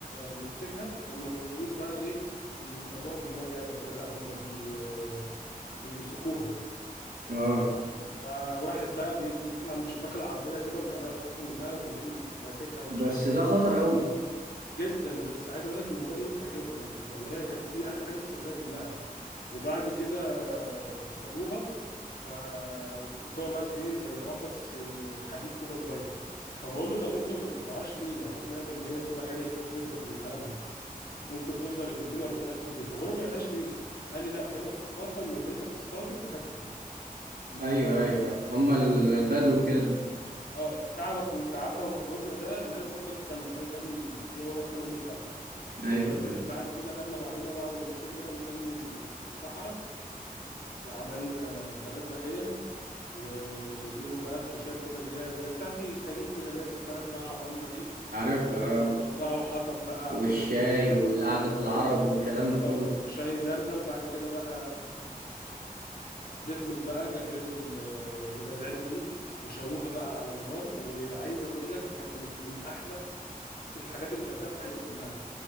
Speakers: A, on the left; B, on the right.
A: نمسكها هم ما بيرضوش بقى إيه يضربوها بالنار يعني أو كده لا هم بي بيمسكوها
B: اه
A: آه، واحد بقى بي- بيطلع من شباك العربية كده وبيقربوا منها وبيقوم ماسكها ومش
B: بس
A: عارف إيه
B: ده خطر قوي
A: جدا بس عايز اقول لك الموضوع ممتع جدا يعني هي كانت دي احلى حاجه في السفريه كلها وبعد كده اصطادوها ف وبيحطوها بقى في ايه زي قفص آه، حديد كده صغير فبقول له طب انتوا ما بتبيعوهاش ليه انا سمعت ان هي بتبقى غاليه جدا من كلامهم ممكن توصل ل 30 و40 الف جنيه فبقول له انتوا ما بعتهاش ليه قال لي لا هنا الثقافه ان اللي انت بتصطاده بتاكله ما
B: ايوه ايوه ايوه
A: اس-
B: هما ال-
A: مجهود
B: البدو كده
A: اه تعبك وتعبنا ومجهودنا ده لا يقدر بثمن ايا كان ايه هو الثمن بتاعه وبعد
B: ايوه ايوه
A: كده خدنا بعضنا بقى ورحنا كده مكان في الصحراء عملنا فردنا خيم وليهم بقى فروشات كده اللي هي زي بتاعة الخليج كده اللي هي بتتفرد بقى على الرملة دي
B: عارفها
A: وولعوا
B: اه
A: حطب بقى
B: والشاي
A: عملنا زي كامب
B: والقعدة
A: فاير صغيرة
B: العرب
A: كده
B: والكلام ده كله
A: اه وشاي زردة وبعد كده بقى دخلوا بقى جهزوا ال- الغزالة دي وشووها بقى على النار وعايز اقول لك كانت من احلى الحاجات اللي كلتها في حياتي كلها